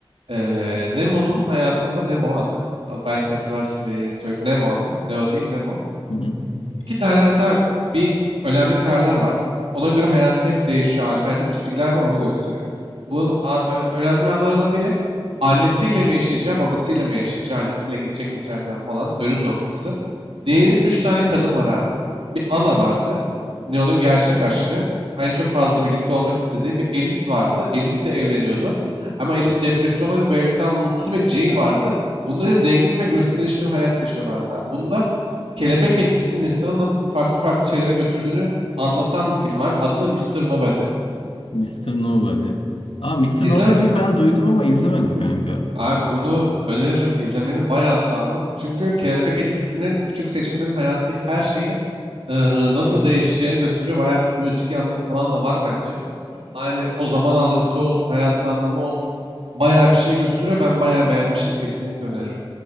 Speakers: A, on the right (about 80°); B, on the left (about 75°).
A: Eee, Nemo'nun hayatında Nemo adı. Belki hatırlarsın diye yine söyleyeyim. Nemo adı. Neo değil Nemo.
B: hı.
A: İki tane mesela bir önemli kararlar var. Ona göre hayatı hep değişiyor. Alternatif çizgiler var onu gösteriyor. Bu a- ö- önemli anlardan biri annesiyle mi yaşayacağı, babasıyla mı yaşayacağı, annesiyle gidecek mi trenden falan dönüm noktası. Diğeri ise üç tane kadın var abi. Bir Ana vardı. Neo'nun gerçek aşkı. En çok fazla birlikte olmak istediği bir Alice vardı. Alice de evleniyordu. Ama Alice depresyondaydı. Bu evlilikten mutsuz bir Jean vardı. Bunlar zengin ve gösterişli bir hayat yaşıyorlardı abi. Bunda kelebek etkisinin insanı nasıl farklı farklı şeylere götürdüğünü anlatan bir film abi. Adı da Mister Nobody.
B: Mr. Nobody. Aa, Mr.
A: İzlemedin
B: Nobody'yi
A: mi?
B: ben duydum ama izlemedim kanka.
A: Abi bunu öneririm izlemeni bayağı sağlam. Çünkü kelebek etkisinin küçük seçimlerin hayattaki her şeyi e, nasıl değişeceğini gösteriyor. Bayağı bir müzik yanları falan da var bence. Aynı o zaman algısı olsun, hayatın anlamı olsun. Bayağı bir şey gösteriyor. Ben bayağı beğenmiştim. Kesinlikle öneririm.